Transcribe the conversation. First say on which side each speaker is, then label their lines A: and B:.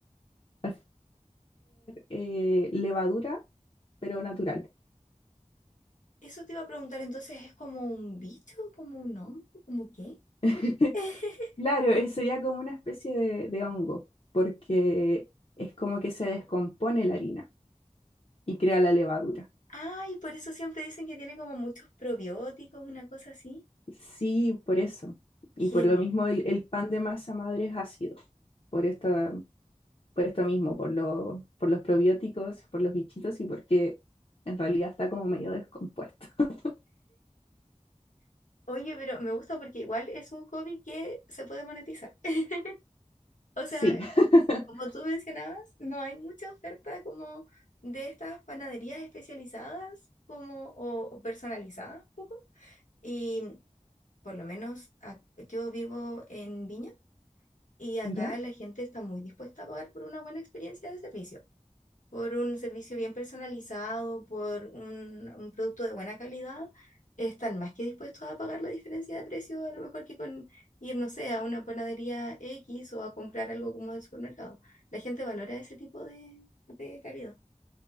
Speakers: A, on the left (about 50°); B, on the left (about 85°).
A: Al final eh, levadura, pero natural.
B: Eso te iba a preguntar, entonces, ¿es como un bicho, como un hongo, como qué?
A: <laughs>
B: <laughs>
A: Claro, eh, sería como una especie de, de hongo, porque es como que se descompone la harina y crea la levadura.
B: Ay, por eso siempre dicen que tiene como muchos probióticos, una cosa así.
A: Sí, por eso. Y
B: Genial.
A: por lo mismo el, el pan de masa madre es ácido, por esta por esto mismo, por lo, por los probióticos, por los bichitos y porque en realidad está como medio descompuesto. <laughs>
B: Oye, pero me gusta porque igual es un hobby que se puede monetizar. <laughs> O sea,
A: Sí, <laughs>
B: como tú mencionabas, no hay mucha oferta como de estas panaderías especializadas como o o personalizadas un poco. Y por lo menos ac- yo vivo en Viña. Y acá
A: ya,
B: la gente está muy dispuesta a pagar por una buena experiencia de servicio, por un servicio bien personalizado, por un, un producto de buena calidad. Están más que dispuestos a pagar la diferencia de precio, a lo mejor que con ir, no sé, a una panadería X o a comprar algo como del supermercado. La gente valora ese tipo de, de calidad.